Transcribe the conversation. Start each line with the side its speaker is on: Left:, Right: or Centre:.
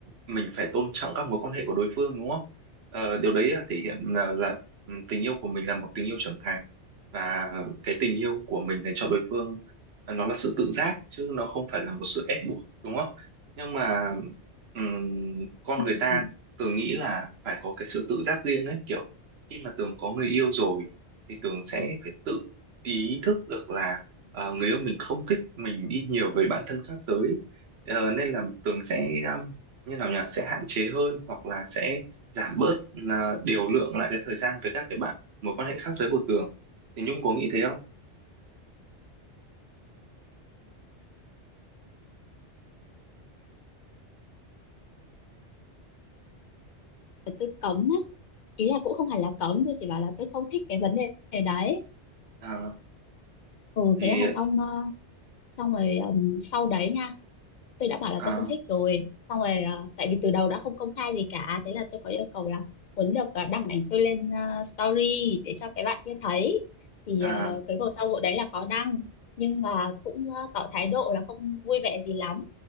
Right: mình phải tôn trọng các mối quan hệ của đối phương đúng không? Ờ, điều đấy là thể hiện là, là ừ, tình yêu của mình là một tình yêu trưởng thành và cái tình yêu của mình dành cho đối phương ờ, nó là sự tự giác chứ nó không phải là một sự ép buộc đúng không? Nhưng mà ừm, con
Left: ừ.
Right: người ta Tường nghĩ là phải có cái sự tự giác riêng ấy kiểu khi mà Tường có người yêu rồi thì Tường sẽ phải tự ý thức được là ờ, người yêu mình không thích mình đi nhiều với bạn thân khác giới Ờ, nên là Tường sẽ um, như nào nhỉ sẽ hạn chế hơn hoặc là sẽ giảm bớt là điều lượng lại cái thời gian với các cái bạn mối quan hệ khác giới của Tường thì Nhung có nghĩ thế không
Left: tôi cấm á ý là cũng không hẳn là cấm tôi chỉ bảo là tôi không thích cái vấn đề đấy
Right: Ờ,
Left: ừ
Right: thì
Left: thế là xong ờ, xong rồi ừm, sau đấy nha tôi đã bảo là
Right: à,
Left: tôi không thích rồi xong rồi ờ, tại vì từ đầu đã không công khai gì cả thế là tôi có yêu cầu là muốn được ờ, đăng ảnh tôi lên ờ, story để cho cái bạn kia thấy thì
Right: à,
Left: ờ, cái cuộc sau vụ đấy là có đăng nhưng mà cũng ờ, tỏ thái độ là không vui vẻ gì lắm